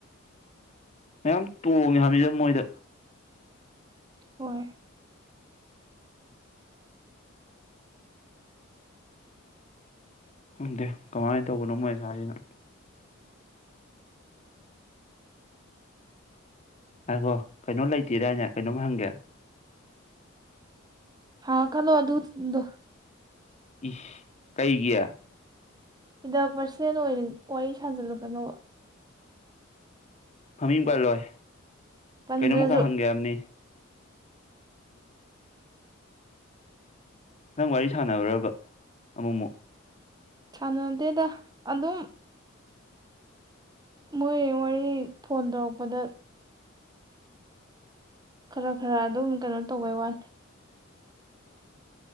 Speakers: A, on the left; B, on the right.
A: ꯃꯌꯥꯝ ꯇꯣꯡꯉꯦ ꯍꯥꯏꯕꯅꯤꯗ ꯃꯣꯏꯗ
B: ꯍꯣꯏ
A: ꯈꯪꯗꯦ ꯀꯃꯥꯏꯅ ꯇꯧꯕꯅꯣ ꯃꯣꯏ ꯑꯁꯥꯏꯁꯤꯅ ꯉꯥꯏꯈꯣ ꯀꯩꯅꯣ ꯂꯩꯇꯦꯗꯥꯏꯅꯦ ꯀꯩꯅꯣꯝ ꯍꯪꯒꯦ
B: ꯍꯪꯉꯛꯀꯅꯣ ꯑꯗꯨꯗꯣ
A: ꯏꯁ ꯀꯩꯒꯤ
B: ꯁꯤꯗ ꯄꯔꯁꯅꯦꯜ ꯑꯣꯏ ꯋꯥꯔꯤ ꯁꯥꯖꯜꯂꯛꯀꯅꯣꯕ
A: ꯃꯃꯤꯡ ꯄꯜꯂꯣꯏ
B: ꯄꯟꯗ꯭ꯔꯁꯨ
A: ꯀꯩꯅꯣꯝꯃꯈꯛ ꯍꯪꯒꯦ ꯍꯥꯏꯕꯅꯤ <inaudible> ꯅꯪ ꯋꯥꯔꯤ ꯁꯥꯟꯅꯔꯨꯔꯕ ꯑꯃꯨꯛ ꯑꯃꯨꯛ
B: ꯁꯥꯟꯅꯗꯦꯗ ꯑꯗꯨꯝ ꯃꯣꯏ ꯋꯥꯔꯤ ꯐꯣꯟ ꯇꯧꯔꯛꯄꯗ ꯈꯔ ꯈꯔ ꯑꯗꯨꯝ ꯀꯩꯅꯣ ꯇꯧꯕꯩ ꯋꯥꯅꯤ